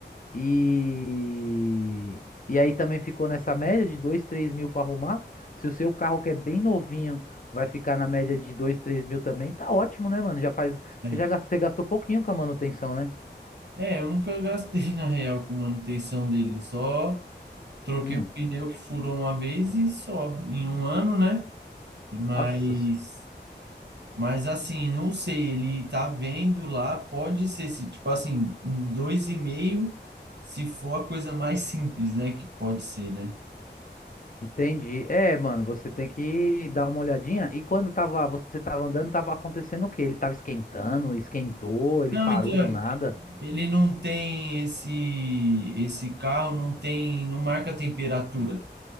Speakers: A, on the left (about 50°); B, on the right (about 70°).
A: E, e aí também ficou nessa média de 2 3 mil para arrumar. Se o seu carro que é bem novinho vai ficar na média de 2 3 mil também, tá ótimo, né, mano? Já faz.
B: É,
A: Você já gastou, você gastou pouquinho com a manutenção, né?
B: É, eu nunca gastei na real com manutenção dele. Só troquei
A: Hum.
B: o pneu que furou uma vez e só, em um ano, né? Mas,
A: Nossa, s-
B: mas assim, não sei. Ele tá vendo lá, pode ser, se, tipo assim, um dois e meio, se for a coisa mais simples, né? Que pode ser, né?
A: entendi. É, mano, você tem que dar uma olhadinha. E quando tava, você tava andando, tava acontecendo o quê? Ele tava esquentando, esquentou, ele
B: Não,
A: parou
B: então.
A: do nada.
B: Ele não tem esse esse carro, não tem, não marca a temperatura.